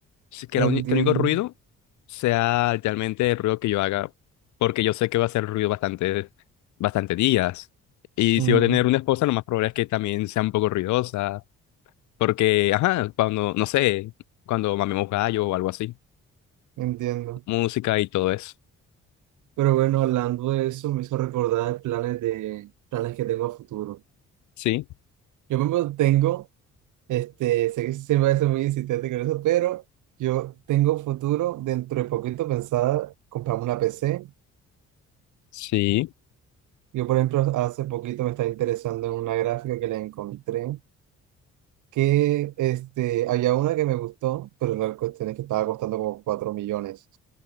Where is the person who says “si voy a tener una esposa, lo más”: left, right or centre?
Left